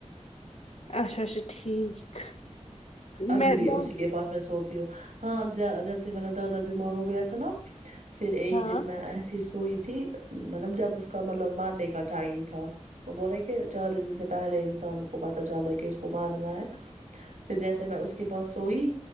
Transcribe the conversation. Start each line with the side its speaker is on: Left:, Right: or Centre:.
Left: اچھا اچھا ٹھیک
Right: ابھی
Left: میں
Right: بھی
Left: دا
Right: اسی کے پاس میں سوتی ہوں ہاں جا جب سے مطلب دادا بیمار ہو گیا تھا نا فیر ایک
Left: ہاں
Right: دن میں ایسی سوئی تھی مطلب جب اس کا مطلب مارنے کا ٹائم تھا وہ بول رہے کہ چالیس دن سے پہلے انسان کو پتا چل رہا ہے کی اس کو مارنا ہے فیر جیسے میں اس کے پاس سوئی